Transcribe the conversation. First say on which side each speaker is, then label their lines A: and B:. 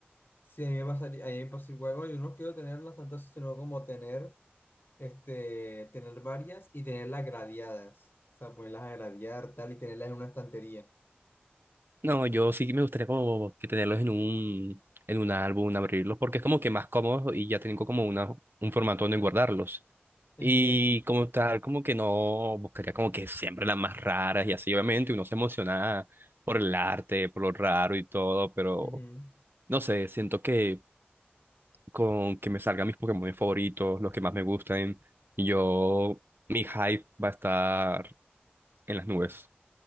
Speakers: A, on the left; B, on the right.
A: Sí, a mí me pasaría, a mí me pasó igual. Bueno, yo no quiero tenerlas tantas, sino como tener, este, tener varias y tenerlas gradeadas. O sea, ponerlas a gradear, tal, y tenerlas en una estantería.
B: No, yo sí me gustaría como que tenerlos en un, en un álbum, abrirlos, porque es como que más cómodo y ya tengo como una, un formato donde guardarlos. Y
A: Entiendo.
B: como tal, como que no, buscaría como que siempre las más raras y así, obviamente uno se emociona por el arte, por lo raro y todo, pero
A: Ujú.
B: no sé, siento que con que me salgan mis Pokémon favoritos, los que más me gusten, y yo, mi hype va a estar en las nubes.